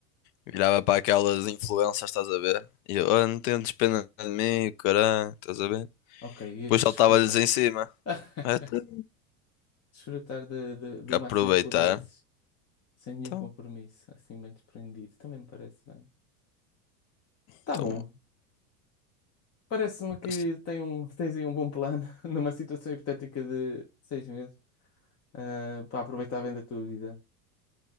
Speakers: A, on the left (about 55°); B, on the left (about 30°).
A: Virava para aquelas influências, estás a ver? E eu, oh, não tentes pena de mim, caralho, estás a ver?
B: Ok, ias
A: Depois saltava-lhes
B: desfrutar.
A: em cima.
B: <laughs>
A: Até
B: Desfrutar de, de- do máximo
A: aproveitar.
B: que pudesses, sem nenhum
A: Então,
B: compromisso, assim bem desprendido. Também me parece bem. Tá
A: então,
B: bom. Parece-me que
A: assim,
B: tem um, tens aí um bom plano <laughs> numa situação hipotética de seis meses. ah, para aproveitar bem da tua vida. <laughs>